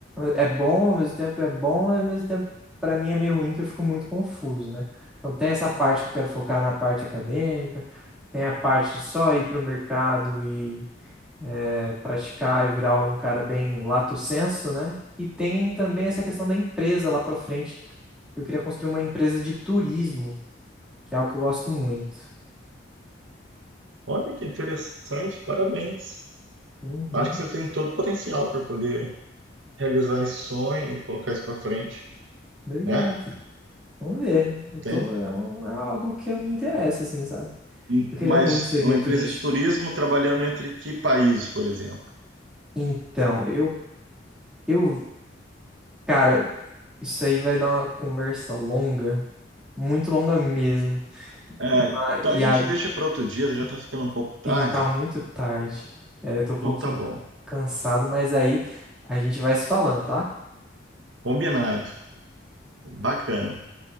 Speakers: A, in the centre; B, on the right.
A: É bom, ao mesmo tempo é bom, ao mesmo tempo, pra mim é meio ruim que eu fico muito confuso, né? Então, tem essa parte que eu quero focar na parte acadêmica, tem a parte de só ir pro mercado e é, praticar e virar um cara bem lato senso né? E tem também essa questão da empresa lá pra frente eu queria construir uma empresa de turismo, que é algo que eu gosto muito.
B: Olha que interessante, parabéns.
A: Uhum,
B: Acho que você tem todo o potencial para poder realizar esse sonho e colocar isso para frente,
A: obrigado.
B: né?
A: Vamos ver. Eu tô,
B: Tem.
A: é, um- é algo que eu me interessa, assim, sabe?
B: E-
A: Eu queria
B: Mas
A: muito ser
B: uma
A: guia
B: empresa
A: turístico.
B: de turismo trabalhando entre que países, por exemplo?
A: Então, eu, eu, cara, isso aí vai dar uma conversa longa, muito longa mesmo.
B: É,
A: Ah,
B: então
A: E
B: a gente
A: a,
B: deixa para outro dia, já está ficando um pouco tarde.
A: sim, tá muito tarde. É, eu tô um pouquinho
B: Então tá bom.
A: cansado, mas aí a gente vai se falando, tá?
B: Combinado. Bacana.